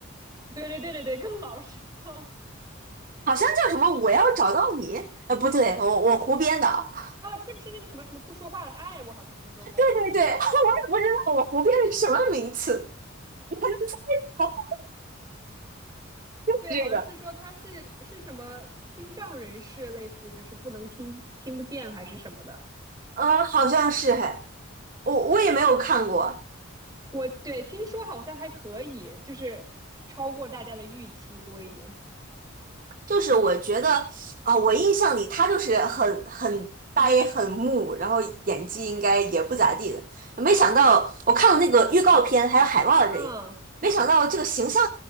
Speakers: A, on the right; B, on the right.
A: <laughs> 对对对对对，更老实。笑死
B: 好像叫什么“我要找到你”？呃，不对，我我胡编的，<laughs>
A: 啊，是不是那个什么什么不说话的爱？我好像听说过。
B: 对对对，<laughs> 我也不知道我胡编的是什么名词，你还能猜到
A: 对，
B: 这个？
A: 好像是说他是是什么听障人士，类似就是不能听听不见还是什么的。
B: 嗯，好像是嘿，我我也没有看过，
A: 我对听说好像还可以，就是超过大家的预期多一点。
B: 就是我觉得啊，我印象里他就是很很呆很木，然后演技应该也不咋地的，没想到我看了那个预告片还有海报的这一，
A: 嗯，
B: 没想到这个形象